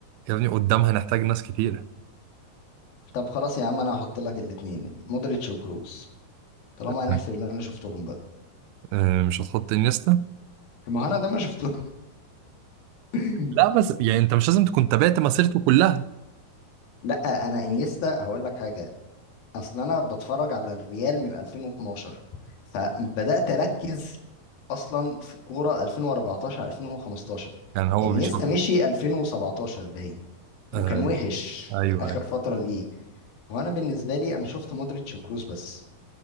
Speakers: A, on the right; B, on the left.
A: يا ابني قدامها نحتاج ناس كتيرة
B: طب خلاص يا عم انا هحط لك الاثنين مودريتش وكروس طالما
A: <laughs>
B: هنحسب اللي انا شفتهم بقى
A: آه، مش هتحط انيستا
B: ما هو انا ده ما شفتهم <laughs>
A: لا بس يعني انت مش لازم تكون تابعت مسيرته كلها
B: لا انا انيستا هقول لك حاجة اصل انا بتفرج على الريال من 2012 فبدأت اركز اصلا في كورة 2014 2015
A: يعني هو
B: انيستا
A: بيشط
B: مشي 2017 باين وكان
A: آه
B: وحش
A: ايوه
B: في الاخر
A: ايوه
B: فترة ليه هو انا بالنسبه لي انا شفت مودريتش وكروس بس